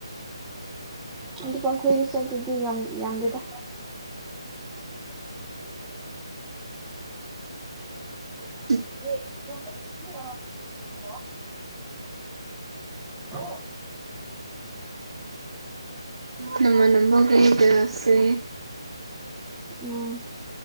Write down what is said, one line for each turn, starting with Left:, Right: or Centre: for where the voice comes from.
Centre: ꯑꯗꯨꯄꯥꯈꯣꯏꯒꯤꯁꯨ ꯑꯗꯨꯗꯤ ꯌꯥꯝꯗꯦꯗ
Right: ꯎꯝ
Centre: <inaudible> ꯑ
Right: ꯅꯝꯕ ꯅꯝꯕꯒ ꯏꯗꯁꯦ
Centre: ꯎꯝ